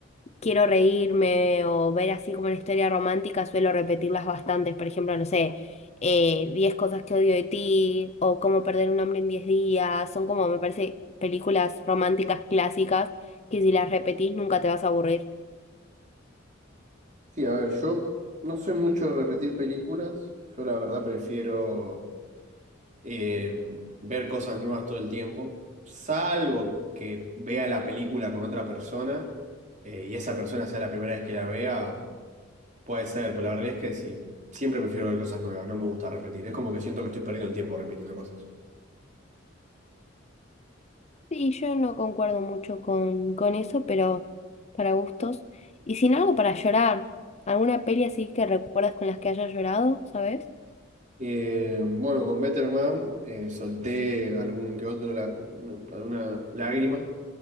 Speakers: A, on the left (about 35°); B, on the right (about 40°).
A: quiero reírme o ver así como una historia romántica, suelo repetirlas bastantes. Por ejemplo, no sé, eh, 10 cosas que odio de ti o cómo perder un hombre en diez días. Son como, me parece, películas románticas clásicas que si las repetís nunca te vas a aburrir.
B: Sí, a ver, yo no soy mucho de repetir películas. Yo la verdad prefiero eh, ver cosas nuevas todo el tiempo, salvo que vea la película con otra persona eh, y esa persona sea la primera vez que la vea. Puede ser, pero la realidad es que sí. Siempre prefiero ver cosas nuevas, no me gusta repetir. Es como que siento que estoy perdiendo el tiempo repitiendo cosas.
A: sí yo no concuerdo mucho con, con eso, pero para gustos. Y sin algo para llorar, alguna peli así que recuerdas con las que hayas llorado, ¿sabes?
B: Eh, bueno, con Better Man eh, solté algún que otro, la- no, alguna lágrima.